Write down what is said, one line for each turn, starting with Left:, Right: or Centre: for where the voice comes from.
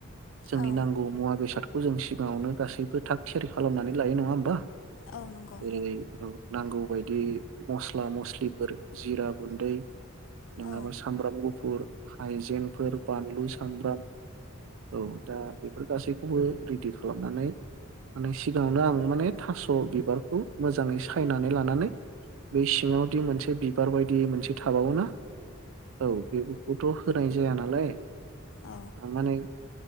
Right: जोंनि
Left: औ
Right: नांगौ मुवा बेसादखौ जों सिगाङावनो गासैबो थाग थियारि खालामनानै लायो नङा होमबा?
Left: औ नंगौ
Right: जेरै नांगौ बायदि दि मस्ला मस्लिफोर जिरा गुन्दै नङाबा
Left: औ
Right: सामब्राम गुफुर हायजेंफोर बानलु सामब्राम औ दा बेफोर गासैखौबो रेदि खालामनानै माने सिगाङावनो आं माने थास' बिबारखौ मोजाङै सायनानै लानानै बै सिङावदि मोनसे बिबार बायदि मोनसे थाबावोना औ बेफोरखौथ' होनाय जायानाला
Left: औ
Right: थांनानै